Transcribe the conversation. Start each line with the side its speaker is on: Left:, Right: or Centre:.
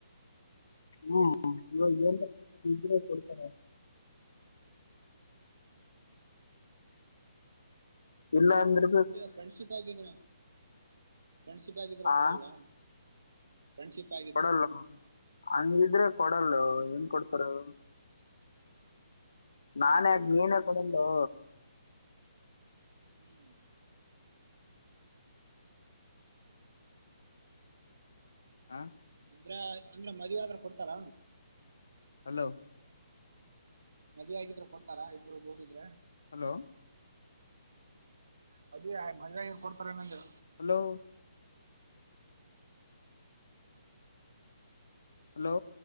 Left: ಹ್ಮ ಇವಾಗ್ <unintelligible> ಕೊಡ್ತಾರೆ. ಇಲ್ಲ ಅಂದ್ರೆ
Right: ಫ್ರೆಂಡ್ಶಿಪ್ ಆಗಿದ್ರ ಫ್ರೆಂಡ್ಶಿಪ್ ಆಗಿದ್ರ
Left: ಆ
Right: ಕೊಡಲ್ವಾ? ಫ್ರೆಂಡ್ಶಿಪ್. ಆಗಿದ್ರೆ
Left: ಕೊಡಲ್ಲ ಹಂಗಿದ್ರೆ ಕೊಡಲ್ಲೊ ಹೆಂಗ ಕೊಡ್ತಾರ ಹೇಳು ನಾನೇ ನೀನೇ ಕಡೆಯಿಂದೋ
Right: <inaudible>
Left: <inaudible>
Right: ಅಂದ್ರೆ ಅಂದ್ರೆ ಮದುವೆ ಆದ್ರ ಕೊಡ್ತಾರ??
Left: ಹಲೋ.
Right: ಮದ್ವೆ ಆಗಿದ್ರೆ ಕೊಡ್ತಾರಾ ಇಬ್ರು ಕೂಡಿದ್ರೆ
Left: ಹಲೋ.
Right: ಮದ್ವೆ ಮದ್ವೆ ಆಗಿಂದ ಕೊಡ್ತಾರೆ ಏನ ಅಂದೇ.
Left: Hello hello